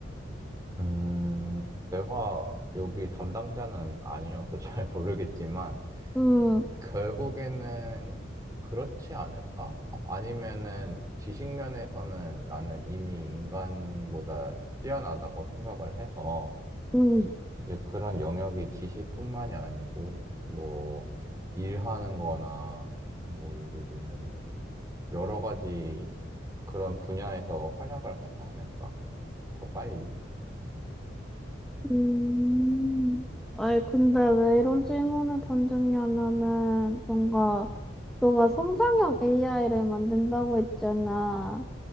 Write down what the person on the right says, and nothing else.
음, 내가 여기 담당자는 아니어서 <laughs> 잘 모르겠지만,
결국에는 그렇지 않을까? 아- 아니면은 지식면에서는 나는 이미 인간보다 뛰어나다고 생각을 해서,
이제 그런 영역이 지식뿐만이 아니고, 뭐, 일하는 거나, 뭐, 예를 들면은, 여러 가지 그런 분야에서 활약을 하지 않을까? 더 빨리?